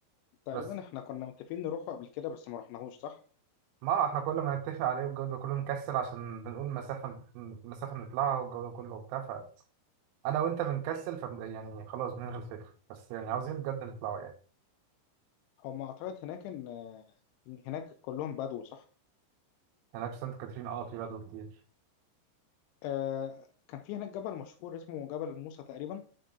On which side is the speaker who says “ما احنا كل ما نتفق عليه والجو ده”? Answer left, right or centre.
Right